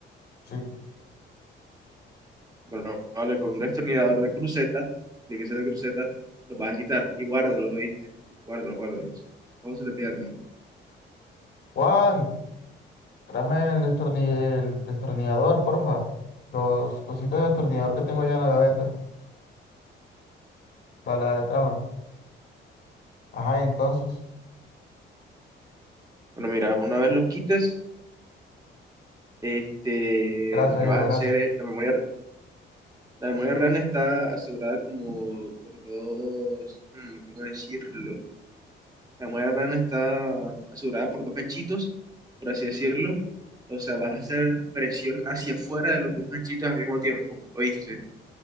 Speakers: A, on the left; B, on the right.
A: sí.
B: Bueno, vale, con un destornillador de cruceta, de que sea de cruceta, los vas a quitar y guárdalos, ¿oíste? Guárdalos, guárdalos. Ojo, se te pierden.
A: Juan, tráeme el, destorni- el destornillador, porfa. Los cositos de destornillador que tengo allá en la gaveta. Dale, dale, tráemelo. Ajá, y entonces.
B: Bueno, mira, una vez los quites, este,
A: Gracias,
B: lo que vas
A: hijo,
B: a
A: gracias.
B: hacer es la memoria La memoria RAM está asegurada como por dos, mm, ¿cómo decirlo? La memoria RAM está asegurada por dos ganchitos, por así decirlo. O sea, vas a hacer presión hacia afuera de los dos ganchitos al mismo tiempo, ¿oíste?